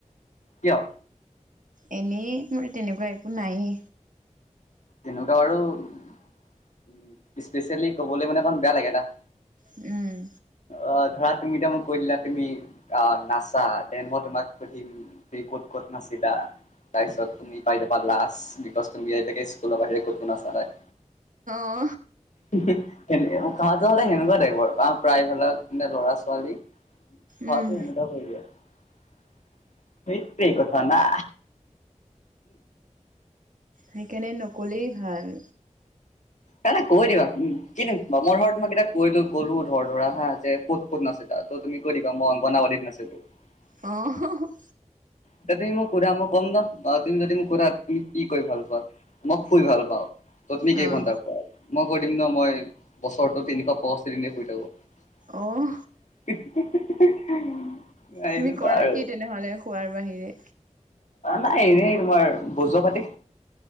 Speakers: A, on the left; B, on the right.
A: কিয়?
B: এনেই মোৰ তেনেকুৱা একো নায়ে।
A: তেনেকুৱা বাৰু উ স্পেচিয়েলি কবলৈ মানে অকমান বেয়া লাগে না।
B: উম।
A: অ ধৰা তুমি এতিয়া মোক কৈ দিলা তুমি অ নাচা দে মই তোমাক সুধিম ক'ত ক'ত নাচিবা তাৰপিছত তুমি পাই যাবা লাজ বিকজ তুমি <unintelligible> স্কুলৰ বাহিৰে কটো নাছা নাই।
B: অ
A: কথাটো সদাই সেনেকুৱা টাইপৰ, প্ৰায় ভালত লৰা ছোৱালী। <unintelligible>
B: উম।
A: সেনেকোৱা কৰি দিয়ে। সেইটোৱে কথা না।
B: সেইকাৰণে নক'লেই ভাল।
A: নাই - নাই কৈ দিবা উম, কি দিম মই ধৰা তোমাক এতিয়া কৈলো গলো ধৰ ধৰা হা যে ক'ত - ক'ত নাচ তা তুমি কৰিব পা মই অংগনাাীত নাছিল তো <unintelligible>
B: অহ ',
A: এয়া তুমি মই ঘুৰা মই ক'ম ন তুমি যদি মোক ঘুৰা তুমি কি কৰি ভাল পোৱা? মই শুই ভাল পাওঁ। ত'তনী কেইঘণ্টা
B: অহ
A: প মই কৈ দিম ন মই বছৰটো তিনিশ পয়ষ্ঠি দনে শুই থাকোঁ। <unintelligible>
B: অহ
A: এনেকুৱা
B: তুমি কৰা
A: আৰু
B: কি তেনেহ'লে খোৱাৰ বাহিৰে?
A: নাই এনেই তোমাৰ বোজ পাতি